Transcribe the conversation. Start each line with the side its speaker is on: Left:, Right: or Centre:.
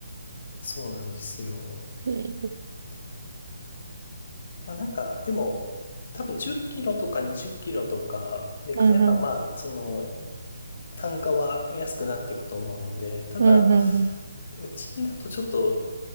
Left: そうなんですよ。
Right: ええ
Left: で、まあなんか、でも、多分10キロとか20キロとかで買えば、
Right: うん、うん。
Left: まあ、その、単価は安くなっていくと思うので、ただ、
Right: うん、うん、うん。
Left: うちだとちょっと、